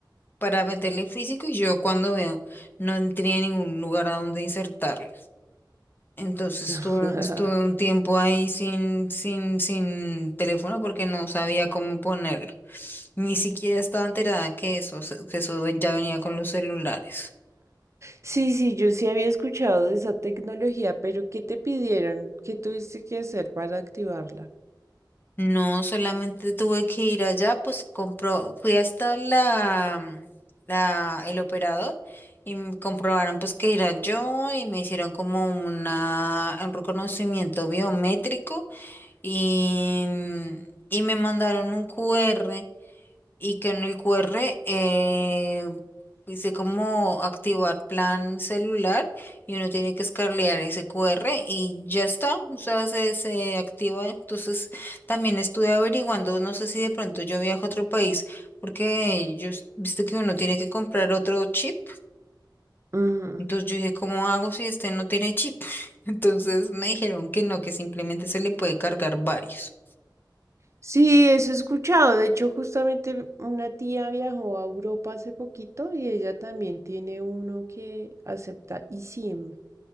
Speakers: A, on the left; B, on the right.
A: para meterle físico y yo cuando veo no tenía ningún lugar a donde insertarlo. Entonces
B: <laughs>
A: estuve, estuve un tiempo ahí sin, sin, sin teléfono porque no sabía cómo ponerlo. Ni siquiera estaba enterada que eso, se- que eso ven- ya venía con los celulares.
B: Sí, sí, yo sí había escuchado de esa tecnología, pero ¿qué te pidieron? ¿Qué tuviste que hacer para activarla?
A: No, solamente tuve que ir allá, pues compró, fui hasta la, mm, la, el operador y me comprobaron pues que era yo y me hicieron como una, un reconocimiento biométrico y, mm, y me mandaron un QR y que en el QR eh, dice cómo activar plan celular y uno tiene que escarlear ese QR y ya está, o sea, se, se activa. Entonces, también estuve averiguando, no sé si de pronto yo viajo a otro país, porque yo, s- viste que uno tiene que comprar otro chip,
B: Ujú.
A: entonces yo dije, ¿cómo hago si este no tiene chip? <laughs> Entonces me dijeron que no, que simplemente se le puede cargar varios.
B: Sí, eso he escuchado. De hecho, justamente una tía viajó a Europa hace poquito y ella también tiene uno que acepta eSIM.